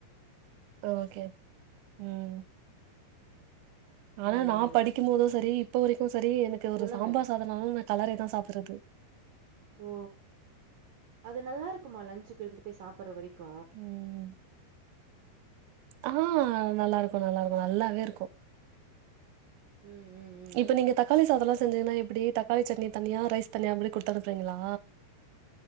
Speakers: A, on the right (about 80°); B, on the right (about 70°).
A: ஓகே ம் ஆனா
B: ம்
A: நா
B: ம்
A: படிக்கும் போது சரி இப்ப வரைக்கும் சரி எனக்கு ஒரு
B: சொல்லுங்க
A: சாம்பார்
B: அத
A: சாதம் நானுமே கலரி தா சாப்றது
B: ஓ அது நல்லாருக்குமா லன்சுக்கு எடுத்துட்டு போய் சாப்புற வரைக்கு
A: ம். ஆ நல்லாருக்கு நல்லாருக்கு நல்லாவேருக்கு
B: ம் ம் ம்
A: இப்ப நீங்க தக்காளி சாதோல்லா செஞ்சீங்கன்னா எப்டி தக்காளி சட்ணி தனியா ரைஸ் தனியா அப்டி குடுத்து அனுப்புறீங்களா